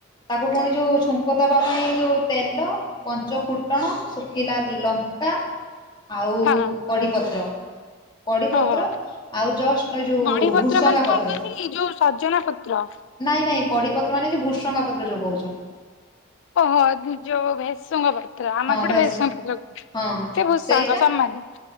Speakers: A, on the left (about 20°); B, on the left (about 60°).
A: ତାକୁ ପୁଣି ଯୋଉ ଛୁଙ୍କ ଦବା ପାଇଁ ଯୋଉ ତେଲ ପଞ୍ଚଫୁଟଣ, ଶୁଖିଲା ଲଙ୍କା ଆଉ
B: ହଁ
A: କଡ଼ିପତ୍ର। କଡିପତ୍ର
B: ଓହୋ
A: ଆଉ ଜଷ୍ଟ ଏ ଯୋଉ
B: ବଣି ପତ୍ର
A: ଭୁସଙ୍ଗା
B: ମାନେ କଣ
A: ପତ୍ର।
B: କହିଲି ଯୋଉ ସଜନା ପତ୍ର।
A: ନାଇଁ ନାଇଁ କଡିପତ୍ର ମାନେ ଭୃସଙ୍ଗା ପତ୍ର ଯୋଉ କହୁଛ।
B: ଓହ ଯୋଉ ଭେସଙ୍ଗା ପତ୍ର। ଆମର
A: ହଁ
B: ଏପଟେ
A: ଭେସ୍
B: ଭେଶୁଙ୍ଗା। ସେ
A: ହଁ
B: ଭୂଷଙ୍କ
A: ସେଇଟା
B: ସମାନ,